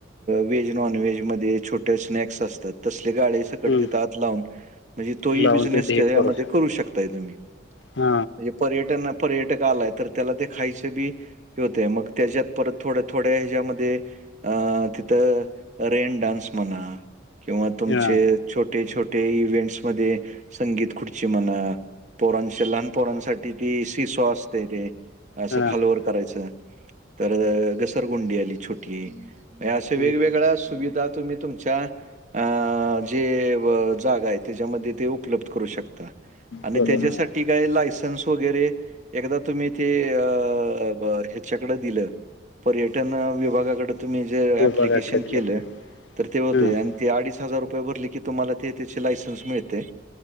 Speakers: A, on the right; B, on the left.
A: व्हेज नॉन व्हेजमध्ये छोटे स्नॅक्स असतात तसले गाळे ते कडतेत
B: हम्म
A: आत लावून म्हणजे तोही
B: लावून
A: बिझनेस
B: तिथे हे
A: त्यामध्ये
B: शकतो
A: करू शकताय तुम्ही
B: हा
A: म्हणजे पर्यटन पर्यटक आलाय तर त्याला ते खायचं बी हे होतय मग त्याच्यात परत थोड्या थोड्या ह्याच्यामध्ये अ तिथं रेन डान्स म्हणा किंवा तुमचे
B: हा हा
A: छोटे छोटे इव्हेंट्स मध्ये संगीत खुर्ची म्हणा पोरांशी लहान पोरांसाठी ती शि सो असतय ते असं
B: हा हा
A: खालवर
B: हा
A: करायचं. परत घसरगुंडी आली छोटी म्हणजे असे
B: हम्म
A: वेगवेगळ अस सुविधा तुम्ही तुमच्या अ जे बं जागा आहे त्याच्यामध्ये ते उपलब्ध करू शकता.
B: बरोबर
A: त्याज्यासाठी
B: हा
A: काय लायसन्स वगैरे एकदा तुम्ही ते अ ब ह्याच्याकड दिलं. पर्यटन विभागाकड तुम्ही जे
B: विभागाकडे
A: अप्लिकेशन
B: दिलं
A: केलं
B: तर
A: तर ते होतय
B: हम्म
A: आणि ते अडीच हजार रुपये भरले की तुम्हाला ते त्याचे लायसन्स मिळतंय